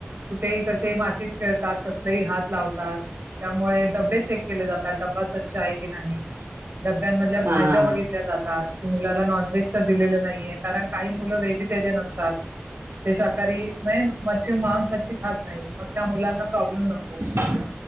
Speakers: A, on the right; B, on the right.
A: कुठेही, कसही मातीत खेळतात कसलाही हात लावतात. त्यामुळे डबे चेक केले जातात डब्बा स्वच्छ आहे की नाही? डब्यांमधल्या भाज्या
B: हा हा
A: बघितल्या जातात की मुलाला नॉनव्हेज तर दिलेलं नाहीये कारण काही मुलं व्हेज नसतात ते शाकाहारी मचछ मांस मचछ खातात मग त्या मुलांना प्रॉब्लेम नको.
B: ह.